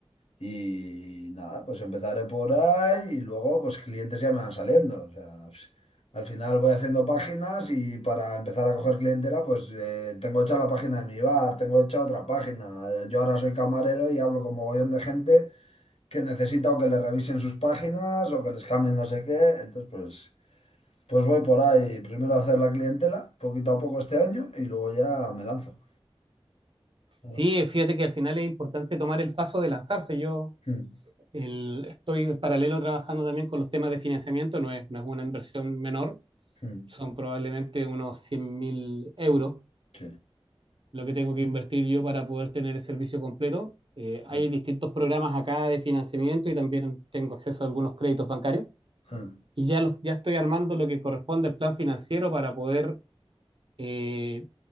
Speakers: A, on the left; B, on the right.
A: Y nada, pues empezaré por ahí y luego pues clientes ya me van saliendo. O sea, pues, al final voy haciendo páginas y para empezar a coger clientela pues eh, tengo hecha la página de mi bar, tengo hecha otra página. Eh, Yo ahora soy camarero y hablo con mogollón de gente que necesita o que le revisen sus páginas o que les cambien no sé qué. Entonces pues, pues voy por ahí primero a hacer la clientela poquito a poco este año y luego ya me lanzo. Mm,
B: Sí, fíjate que al final es importante tomar el paso de lanzarse. Yo
A: mm,
B: el- estoy en paralelo trabajando también con los temas de financiamiento, no es, no es una inversión menor,
A: mm,
B: son probablemente unos cien mil euros
A: Sí.
B: lo que tengo que invertir yo para poder tener el servicio completo. Eh, hay
A: Mm,
B: distintos programas acá de financiamiento y también tengo acceso a algunos créditos bancarios.
A: mm,
B: y ya, los, ya estoy armando lo que corresponde al plan financiero para poder eh,